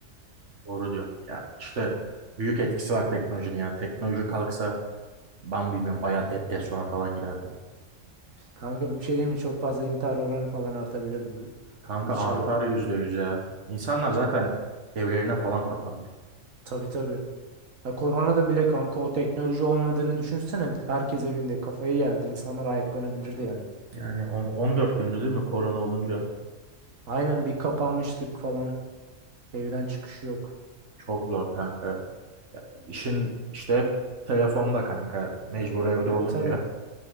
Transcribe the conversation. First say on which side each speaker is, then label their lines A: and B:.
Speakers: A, on the right (about 65°); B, on the right (about 80°).
A: Doğru diyor. Ya işte büyük etkisi var teknolojinin ya. Teknoloji kalksa ben bilmiyorum bayağı depresyona falan girerdim.
B: Kanka bir şey diyeyim mi? Çok fazla intihar oranı falan artabilirdi bu,
A: Kanka
B: bu şey.
A: artar yüzde yüz ya. İnsanlar zaten evlerine falan kapanır.
B: Tabii tabii. Ya koronada bile kanka o teknoloji olmadığını düşünsene. Herkes evinde kafayı yerdi. İnsanlar ayaklanabilirdi yani.
A: Yani on- 14 gündü değil mi korona olunca?
B: Aynen bir kapanmıştık falan. Evden çıkış yok.
A: Çok zor kanka. Ya, İşin işte hep telefonda kanka. Mecbur evde
B: Ya
A: olunca.
B: tabii.